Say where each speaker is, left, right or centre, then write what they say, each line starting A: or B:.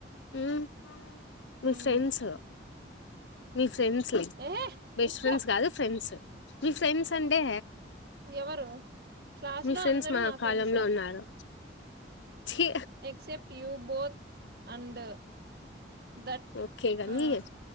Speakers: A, on the left; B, on the right.
A: మ్మ్ మీ
B: ఉమ్
A: ఫ్రెండ్స్ మీ ఫ్రెండ్స్
B: ఏహే
A: బెస్ట్
B: మూసుకో
A: ఫ్రెండ్స్ కాదు ఫ్రెండ్స్ మీ ఫ్రెండ్స్ అంటే
B: ఎవరు క్లాస్
A: మీ
B: లో
A: ఫ్రెండ్స్
B: అందరూ
A: మా
B: నా ఫ్రెండ్సే
A: కాలంలో ఉన్నారు ఛీ
B: except you but and that
A: okay కాని
B: ఆ